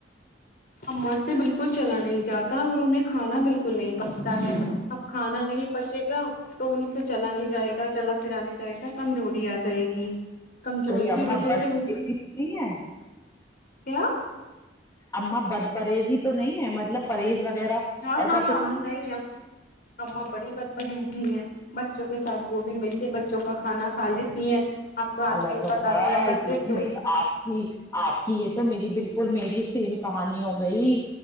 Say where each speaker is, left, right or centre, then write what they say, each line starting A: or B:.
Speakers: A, on the left; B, on the left.
A: اما سے بالکل چلا نہیں جاتا اور انہیں کھانا بالکل نہیں پچتا ہے اب کھانا نہیں پچے گا تو ان سے چلانے جائے گا چلا پھر آ نہیں جائے گا کمزور آ جائے گی کمزوری
B: کہیں اما
A: کی وجہ
B: بد
A: سے وہ
B: نہیں ہے
A: کیا
B: اما بد پریز ہی تو نہیں ہے مطلب پرہیز وغیرہ
A: ہاں
B: ایسا
A: ہاں ہاں
B: تو
A: نہیں ہے اماں بڑی بت پریجی ہے <unintelligible> کے ساتھ وہ بھی میل کے بچوں کا کھانا کہا لیتی ہیں آپ کو آج
B: اللہ
A: کل
B: توبہ
A: پتا تو ہے بچے
B: یہ آپ کی آپ کی یہ تو میری بالکل ب میری سیم کہانی ہو گئی